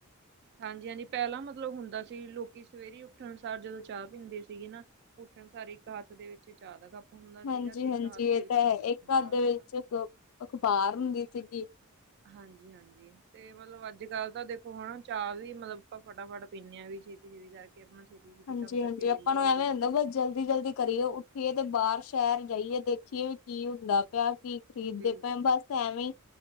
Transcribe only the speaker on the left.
ਹਾਂਜੀ-ਹਾਂਜੀ,
ਇਹ
ਤਾ ਹੈ,
ਇੱਕ ਹੱਥ ਦੇ
ਵਿੱਚ ਅਖ਼ਬਾਰ ਹੁੰਦੀ ਸੀਗੀ
ਹਾਂਜੀ-ਹਾਂਜੀ
ਆਪਾਂ ਨੂੰ
ਐਵੇਂ ਹੁੰਦਾ ਬਸ ਜਲਦੀ-ਜਲਦੀ ਕਰੀਏ, ਉੱਠੀਏ ਤੇ ਬਾਹਰ ਸ਼ਹਿਰ ਜਾਈਏ ਦੇਖੀਏ ਵੀ ਕੀ ਹੁੰਦਾ ਪਿਆ, ਕਿ ਖਰੀਦਦੇ
ਪਏ ਬਸ ਐਵੇਂ ਹੀ,